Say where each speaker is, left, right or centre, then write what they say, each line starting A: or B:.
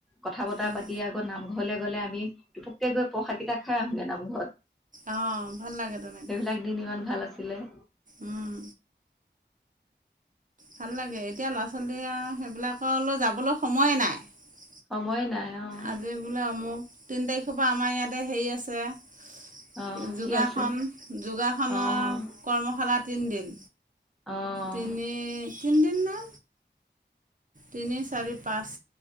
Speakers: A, in the centre; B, on the right.
A: কথা বতা
B: উম
A: পাতি আকৌ নামঘৰলে গ'লে আমি টোপককে গৈ প্ৰসাদ কেইটা খাই আহোগে নামঘৰত। <unintelligible>
B: অঁ ভাল লাগে তেনেকে
A: সেইবিলাক দিন ইমান ভাল আছিলে।
B: উম ভাল লাগে এতিয়া ল'ৰা ছোৱালীয়ে আৰু সেইবিলাকলৈ যাবলৈ সময়ে নাই।
A: সময়ে নাই। অঁ
B: আজি বোলে অমক তিনি তাৰিখৰ পৰা আমাৰ ইয়াতে হেৰি আছে।
A: অঁ
B: যোগাসন
A: কি আছে
B: যোগাসনৰ
A: অঁ
B: কৰ্মশালা তিনিদিন।
A: অঁ
B: তিনি তিনিদিন ন। তিনি চাৰি পাঁচ